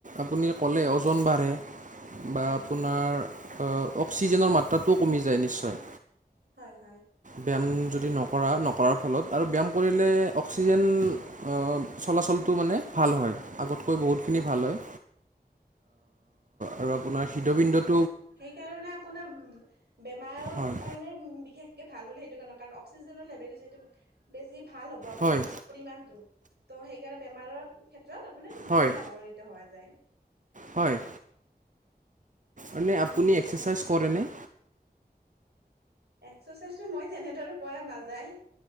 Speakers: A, on the right; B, on the right.
A: আপুনি কলে‌ ওজন বাঢ়ে। বা
B: হয়
A: আপোনাৰ অক্সিজেনৰ মাত্ৰাটোও কমি যায়, নিশ্চয়।
B: হয়, হয়।
A: ব্যায়াম যদি নকৰা, নকৰাৰ ফলত আৰু ব্যায়াম কৰিলে অক্সিজেন আ, চলাচলটো মানে ভাল হয়, আগতকৈ বহুতখিনি ভাল হয়, আৰু আপোনাৰ হৃদবিন্দুত
B: সেইকাৰণে আপোনাৰ বেমাৰৰ
A: হয়
B: কাৰণে বিশেষ এহ ভাল বুলি সেইটো কাৰণে, কাৰণ অক্সিজেনৰ লেভেলটো যিটো বেছি ভাল হ'ব আপোনাৰ
A: হয়
B: পৰিমাণটো, তহ সেইকাৰণে বেমাৰৰ ক্ষেত্ৰত আপোনাৰ
A: হয়
B: বেছি লাভানিত হোৱা যায়।
A: হয়। মানে আপুনি এক্সাৰচাইজ কৰেনে?
B: এক্সাৰচাইজটো মই তেনেদৰে কৰা নাযায়।